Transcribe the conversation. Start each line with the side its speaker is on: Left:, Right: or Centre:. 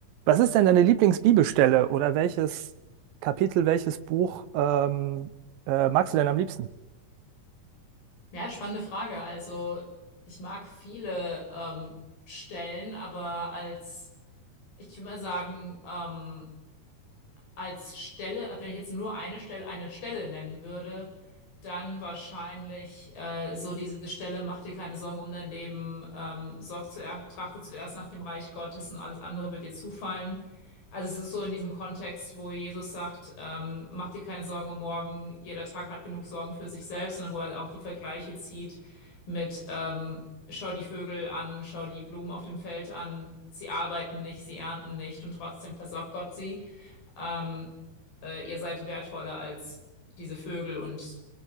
Right: Was ist denn deine Lieblingsbibelstelle oder welches Kapitel, welches Buch ähm, äh, magst du denn am liebsten?
Left: Ja, spannende Frage. Also, ich mag viele ähm, Stellen, aber als, ich würde mal sagen, ähm, als Stelle, also wenn ich jetzt nur eine Stelle, eine Stelle nennen würde, dann wahrscheinlich äh, so diese Stelle, mach dir keine Sorgen um dein Leben, ähm, sorg zuer trachte zuerst nach dem Reich Gottes und alles andere wird dir zufallen. Also es ist so in diesem Kontext, wo Jesus sagt, ähm, mach dir keine Sorgen um morgen, jeder Tag hat genug Sorgen für sich selbst und wo er auch die Vergleiche zieht mit ähm, schau die Vögel an, schau die Blumen auf dem Feld an, sie arbeiten nicht, sie ernten nicht und trotzdem versorgt Gott sie ähm, äh, ihr seid wertvoller als diese Vögel und